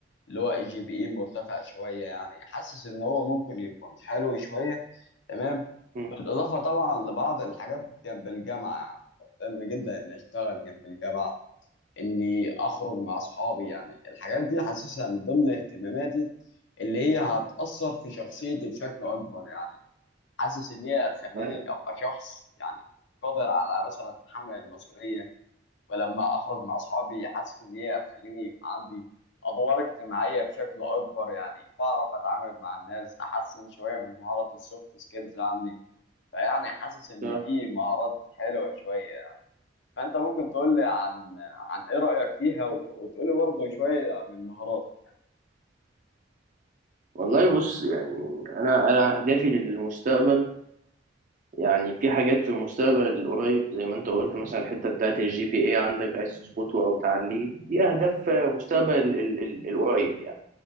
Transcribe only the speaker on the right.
مم.
أي.
صح
والله بص يعني انا انا اهدافي للمستقبل يعني في حاجات في المستقبل القريب زي ما انت قلت مثلا الحته بتاعت الجي بي اي عندك عايز تظبطه او تعليه دي اهداف مستقبل ال- ال- القريب يعني